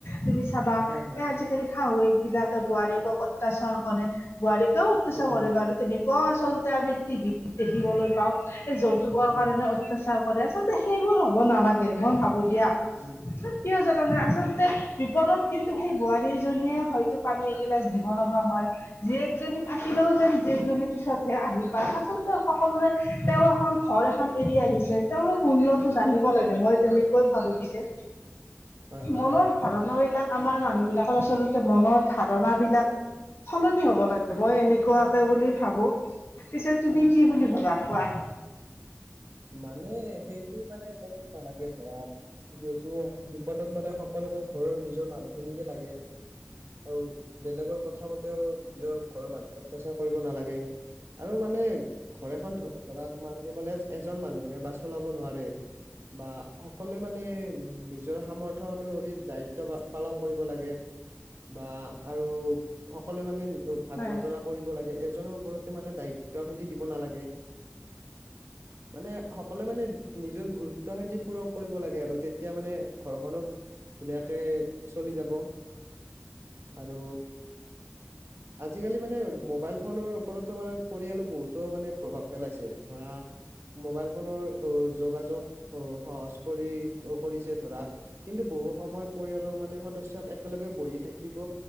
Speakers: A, on the left; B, on the right.
A: তুমি চাবা
B: হয় হয়
A: এ আজিকালি শাহুৱেক বিলাকে বোৱাৰীয়েকক অত্যাচাৰ কৰে বোৱাৰীক অত্যাচা
B: উম
A: কৰে
B: হম
A: বাৰু তেনেকুৱা আচলতে আমি টিভিত দেখিবলৈ পাওঁ এই যৌতুকৰ
B: হয়
A: কাৰণে
B: হয়
A: অত্যাচাৰ কৰে আচলতে সেইবোৰ হ'ব নালাগে মই ভাবো দিয়া
B: উম
A: কিয় যা আচলতে বিপদত কিন্তু সেই বোৱাৰীজনীয়ে হয়তো পানী এগিলাচ দিব লগা হয় জীয়েকজনী থাকিলেও যেন জীয়েকজনী পিছতহে আহি পায় আচল সকলোৰে তেওঁৰ এখন ঘৰ এখন এৰি আহিছে তেওঁলোক মূল্যটো জানিব লাগে মই তেনেকৈ ভাব পিছে
B: হয় হয়
A: মনৰ ধাৰণৰে এইলাক আমাৰ মানুহ বিলাকৰ আচলতে মনৰ ধাৰণা বিলাক সলনি হ'ব লাগে মই এনেকুৱাকে বুলি ভাবো তুমি
B: উম
A: কি বুলি ভাবা কোৱা
B: মানে সেইটো মানে কৰিব নালাগে ধৰা যিহেতু বিপদত মানে সকলোকে ঘৰৰ নিজৰ মানুহখিনিকে লাগে আৰু বেলেগৰ কথা মতেও নিজৰ ঘৰৰ মানুহক অত্যাচাৰ কৰিব নালাগে আৰু মানে ঘৰ এখন ধৰা তোমাৰ কি বোলে মানুহে বা চলাব নোৱাৰে বা সকলোৱে মানে উ নিজৰ সামৰ্থ অনুসৰি দায়িত্ব পালন কৰিব লাগে বা আৰু সকলোৱ মানে নি
A: হয়-হয়-হয়-হয়-হয়-হয়-হয়-হয়
B: ভাগ বতৰা কৰিব লাগে এজনৰ ওপৰতে মানে দায়িত্ব খিনি দিব নালাগে মানে সকলোৱে মানে নিজৰ গুৰুত্ব হেইটি পূৰণ কৰিব লাগে আৰু তে এতিয়া মানে ঘৰখনো ধুনীয়াকে চলি যাব আৰু আজিকালি মানে মোবাইল ফোনৰ ওপৰতো মানে পৰিয়ালে বহুতো মানে প্ৰভাৱ পেলাইছে ধৰা মোবাইল ফোনৰ যোগাযোগ অ সহজ কৰি কৰিছে ধৰা কিন্তু বহু সময় পৰিয়ালক মানে সদস্য একেলগে বহি থাকিব